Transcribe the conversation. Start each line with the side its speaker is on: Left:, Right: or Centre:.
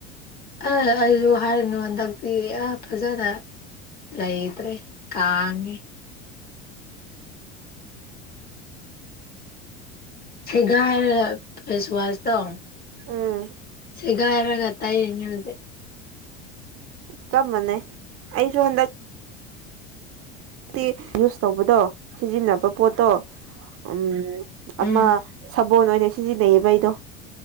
Left: <unintelligible> ꯍꯥꯏꯔꯨꯅꯨ ꯍꯟꯗꯛꯇꯤ ꯑ ꯐꯖꯅ ꯂꯩꯇ꯭ꯔꯦ ꯀꯥꯡꯉꯦ ꯁꯦꯒꯥꯏꯔꯒ ꯐꯦꯁ ꯋꯥꯁ ꯇꯣ
Right: ꯎꯝ
Left: ꯁꯦꯒꯥꯏꯔꯒ ꯇꯩꯔꯤꯅꯦ ꯍꯨꯖꯤꯛ
Right: ꯆꯞ ꯃꯥꯟꯅꯩ ꯑꯩꯁꯨ ꯍꯟꯗꯛ ꯇꯤ ꯌꯨꯁ ꯇꯧꯕꯗꯣ ꯁꯤꯖꯤꯟꯅꯕ ꯄꯣꯠꯇꯣ ꯎꯝ ꯑꯃ
Left: ꯎꯝ
Right: ꯁꯥꯕꯣꯟ ꯑꯣꯏꯅ ꯁꯤꯖꯤꯟꯅꯩꯌꯦꯕ ꯑꯩꯗꯣ